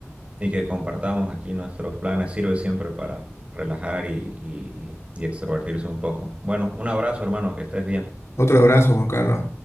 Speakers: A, on the right; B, on the left.
A: y que compartamos aquí nuestros planes. Sirve siempre para relajar y, y, y y extrovertirse un poco. Bueno, un abrazo, hermano, que estés bien.
B: Otro abrazo, Juan Carlos.